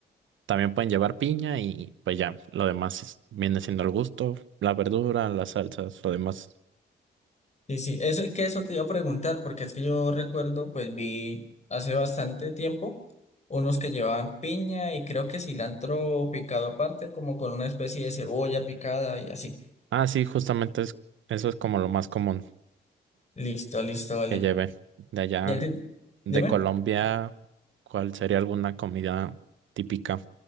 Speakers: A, on the right; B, on the left.
A: También pueden llevar piña y pues ya, lo demás es- viene siendo el gusto, la verdura, las salsas, lo demás.
B: Sí, sí, eso, que eso te iba a preguntar, porque es que yo recuerdo, pues vi hace bastante tiempo unos que llevaban piña y creo que cilantro picado aparte, como con una especie de cebolla picada y así.
A: Ah, sí, justamente es, eso es como lo más común
B: Listo, listo, vale.
A: que lleve. De allá,
B: Ya entiendo.
A: de
B: Dime.
A: Colombia, ¿cuál sería alguna comida típica?